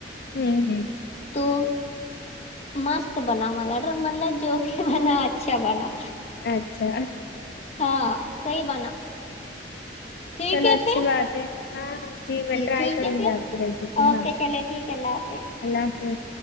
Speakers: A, on the left; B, on the left.
A: ہوں ہوں
B: تو مست بنا مگر مطلب جو بھی بنا اچھا بنا
A: اچھا
B: ہاں صحیح بنا ٹھیک
A: چلو
B: ہے
A: اچھی
B: پھر
A: بات ہے ہاں ہاں جی میں ٹرائی
B: ٹھیک
A: کروں
B: ہے پھر
A: گی آپ کی ریسیپی
B: اوکے
A: ہاں
B: چلے ٹھیک ہے اللہ حافظ
A: اللہ حافظ